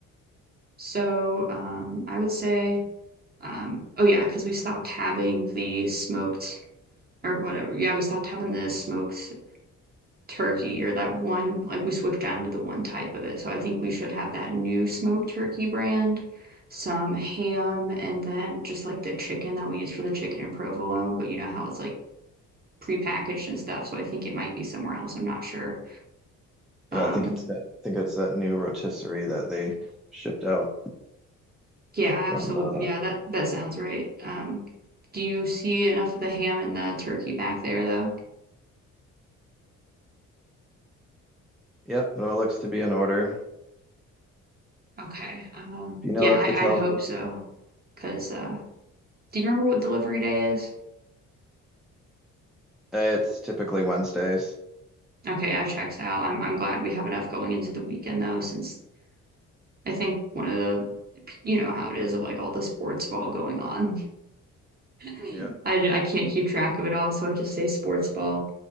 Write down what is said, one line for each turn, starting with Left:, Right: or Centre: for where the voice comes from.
Right: So um, I would say um, oh yeah, because we stopped having the smoked or whatever. Yeah, we stopped having the smoked turkey or that one, like we switched down to the one type of it. So I think we should have that new smoked turkey brand, some ham, and then just like the chicken that we use for the chicken and provolone. But you know how it's like prepackaged and stuff. So I think it might be somewhere else. I'm not sure. Um,
Centre: Yeah, I think it's that, I think it's that new rotisserie that they shipped out
Right: yeah,
Centre: from.
Right: absolutely.
Centre: Uh,
Right: Yeah, that that sounds right. Um, do you see enough of the ham and the turkey back there though?
Centre: yep, it all looks to be in order. Do
Right: Okay. Um,
Centre: you know
Right: yeah,
Centre: if
Right: I,
Centre: the tel's
Right: I'd hope so. Cause uh, do you remember what delivery day is?
Centre: it's typically Wednesdays.
Right: Okay, yeah, checks out. I'm I'm glad we have enough going into the weekend though, since I think one of the you know how it is of like all the sports ball going on. <laughs> I
Centre: Yep.
Right: I can't keep track of it all, so I just say sports ball,